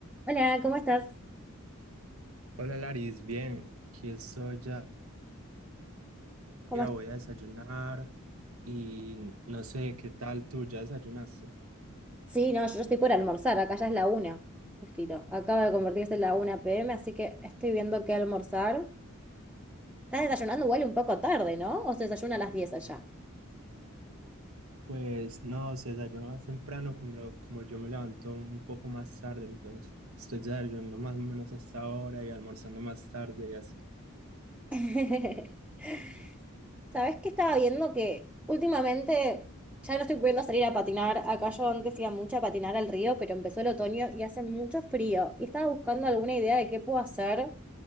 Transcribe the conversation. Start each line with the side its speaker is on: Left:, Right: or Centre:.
Centre: Hola, ¿cómo estás?
Right: Hola Laris, bien, aquí estoy ya,
Centre: ¿Cómo
Right: ya
Centre: est-
Right: voy a desayunar y no sé qué tal tú, ¿ya desayunaste?
Centre: Sí, no, yo estoy por almorzar, acá ya es la una, justito. Acaba de convertirse en la 1 p.m., así que estoy viendo qué almorzar. Estás desayunando igual un poco tarde, ¿no? O se desayuna a las diez allá.
Right: Pues no, se desayuna más temprano, como, como yo me levanto un poco más tarde, entonces estoy desayunando más o menos hasta ahora y almorzando más tarde y así.
Centre: <laughs> ¿Sabés qué estaba viendo? Que últimamente ya no estoy pudiendo salir a patinar. Acá yo antes iba mucho a patinar al río, pero empezó el otoño y hace mucho frío. Y estaba buscando alguna idea de qué puedo hacer.